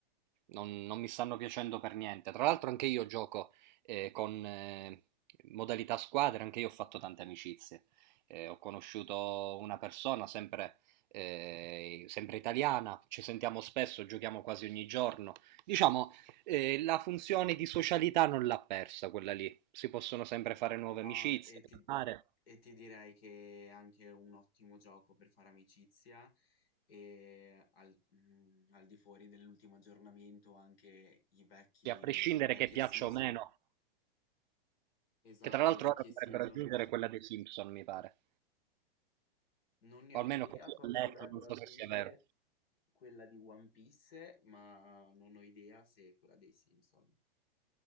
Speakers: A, on the right; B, on the left.
A: non, non mi stanno piacendo per niente. Tra l'altro anche io gioco eh, con eh, modalità squadra, anche io ho fatto tante amicizie. Eh, ho conosciuto una persona sempre eh, sempre italiana, ci sentiamo spesso, giochiamo quasi ogni giorno. Diciamo, eh, la funzione di socialità non l'ha persa quella lì. Si possono sempre fare nuove
B: No,
A: amicizie,
B: e ti,
A: parlare,
B: e ti direi che è anche un ottimo gioco per fare amicizia e al, mm, al di fuori dell'ultimo aggiornamento anche i vecchi,
A: e a prescindere
B: le vecchie
A: che piaccia
B: season,
A: o meno,
B: esatto,
A: che tra l'altro
B: le vecchie
A: ora dovrebbero
B: season,
A: aggiungere
B: s-
A: quella dei Simpson, mi pare.
B: non ne
A: O
B: ho
A: almeno
B: idea,
A: così
B: so
A: ho
B: che
A: letto,
B: dovrebbero
A: non so
B: aggiungere
A: se sia vero.
B: quella di One Piece, ma non ho idea se è quella dei Simpson.